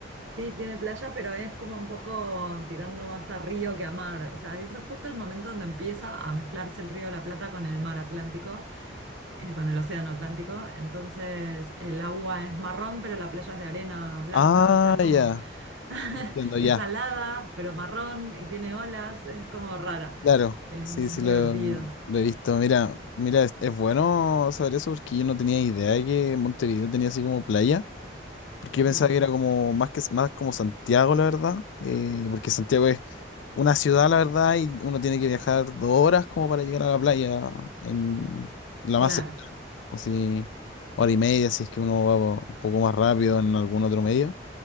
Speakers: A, on the right; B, on the left.
A: sí, tiene playa, pero es como un poco tirando más a río que a mar. O sea, es justo el momento donde empieza a mezclarse el río de la Plata con el mar Atlántico, eh, con el océano Atlántico. Entonces, el agua es marrón, pero la playa es de arena blanca,
B: Ah,
A: o sea, es como...
B: ya.
A: <laughs>
B: Entiendo
A: Es
B: ya,
A: salada, pero marrón y tiene olas, es como rara.
B: claro,
A: Es,
B: sí,
A: es muy
B: sí lo,
A: divertido.
B: lo he visto. Mira, mira, es, es bueno saber eso porque yo no tenía idea de que Montevideo tenía así como playa, porque yo
A: Sí.
B: pensaba que era como más que más como Santiago, la verdad, eh, porque Santiago es una ciudad, la verdad, y uno tiene que viajar dos horas como para llegar a la playa en la más
A: Claro,
B: cercana, o si hora y media, si es que uno va un poco más rápido en algún otro medio.